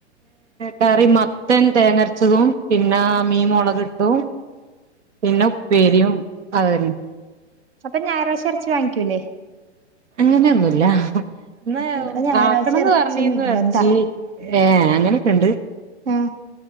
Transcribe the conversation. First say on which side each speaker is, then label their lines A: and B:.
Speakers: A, on the right; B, on the right.
A: കറി മത്തൻ തേങ്ങരച്ചതും പിന്നെ മീൻ മുളക് ഇട്ടും പിന്നെ ഉപേരിയും അതെന്നെ
B: അപ്പൊ ഞായറാഴ്ച ഇറച്ചി വാങ്ങിക്കൂല്ലേ?
A: അങ്ങനെയൊന്നുമല്ല. ഇ
B: ഇവിടെ ഞായറാഴ്ച
A: ആക്കണംന്ന്
B: എറച്ചി
A: പറഞ്ഞീന്ന്
B: നിർബന്ധ
A: ഇറച്ചി ഏർ അങ്ങനൊക്കെ ഉണ്ട്.
B: ആ